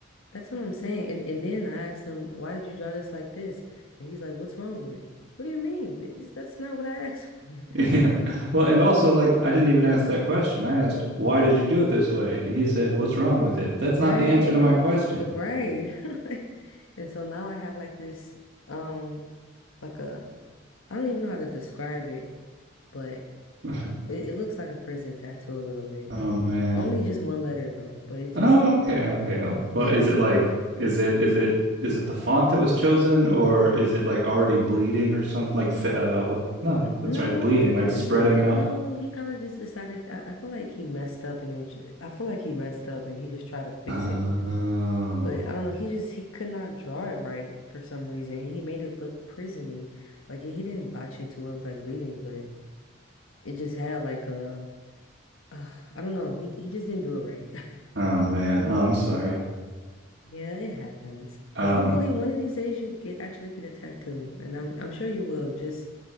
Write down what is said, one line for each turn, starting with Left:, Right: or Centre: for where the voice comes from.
Left: That's what I'm saying. And and then I asked him, why did you draw this like this? And he's like, what's wrong with it? What do you mean? It's, that's not what I <laughs> asked for.
Right: Yeah. Well, and also like I didn't even ask that question. I asked, why did you do it this way? And he said, What's wrong with it? That's
Left: Right.
Right: not the answer to my question.
Left: Right. <laughs> Like, and so now I have like this um like a I don't even know how to describe it, but
Right: <laughs>
Left: it, it looks like a prison tattoo a little bit.
Right: Oh man.
Left: Only just one letter though, but it just
Right: Oh, okay, okay. Well,
Left: yeah.
Right: is it like is it is it is it the font that was chosen or is it like already bleeding or something like fi- uh what no,
Left: N-
Right: that's
Left: No,
Right: right, bleeding, like spreading
Left: n- n-
Right: out.
Left: no, he kind of just decided I, I feel like he messed up and it, sh- I feel like he messed up and he just tried to fix
Right: Oh,
Left: it. But I don't know, he just he could not draw it right for some reason. And he made it look prisony. Like he didn't botch it to where it was like bleeding, but It just had like a, uh, I don't know. He he just didn't do it right. <laughs>
Right: oh man. Oh, I'm sorry.
Left: Yeah, it happens.
Right: Um
Left: But hopefully one of these days you get actually get a tattoo. And I'm I'm sure you will just